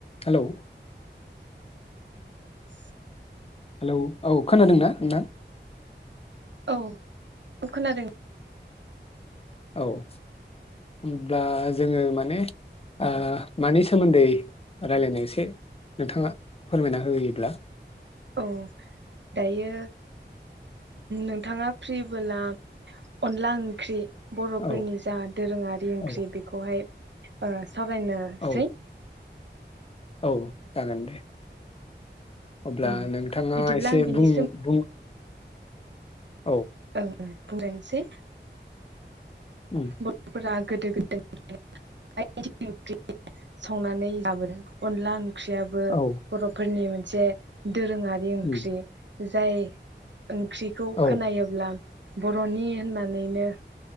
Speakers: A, on the left; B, on the right.
A: Hello.
B: लांदां
A: hello औ। खोनादों दा नोंथां।
B: औ। औ खोनादों।
A: औ होमब्ला जोङो माने ओ मानि सोमोन्दै राय्लायनो एसे नोंथाङा फोरमायना होयोब्ला।
B: औ दायो नोंथाङा फ्रिबोला अनला ओंख्रि बर'फोरनि
A: औ
B: जा दोरोङारि ओंख्रि
A: औ
B: बेखौहाय ओह। सावरायनो
A: औ
B: सै।
A: औ जागोन दे। अब्ला
B: ओं
A: नोंथाङा
B: बिदिब्ला
A: एसे
B: आं बिनि
A: बुं बुं औ।
B: औ। बुंलायनोसै।
A: उम
B: बर'फोरा गोदो गोदनिफ्रायनो ओंख्रि संनानै लाबो अनला ओंख ख्रियाबो
A: औ
B: बर'फोरनि जे। दोरोङारि ओंख्रि
A: उम
B: जाय ओंख्रिखौ
A: औ
B: खोनायोब्ला बर'नि होननानैनो